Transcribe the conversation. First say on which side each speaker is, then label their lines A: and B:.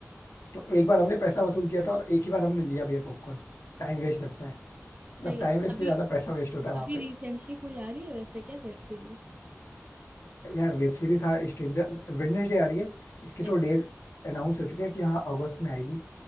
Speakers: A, on the left; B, on the right.
A: तो एक बार हमने पैसा वसूल किया था और एक ही बार हमने लिया भी है पॉपकॉर्न टाइम वेस्ट लगता है मतलब
B: सही
A: टाइम
B: है तो
A: वेस्ट
B: अभी
A: से ज्यादा पैसा वेस्ट होता है वहां
B: अभी रिसेंटली कोई आ रही है वैसे क्या वेब सीरीज
A: यार वेब सीरीज हाँ स्ट्रेंजर वेडनेसडे आ रही है इसके
B: वेब
A: तो डेज अनाउंस हो चुके हैं कि हाँ अगस्त में आएगी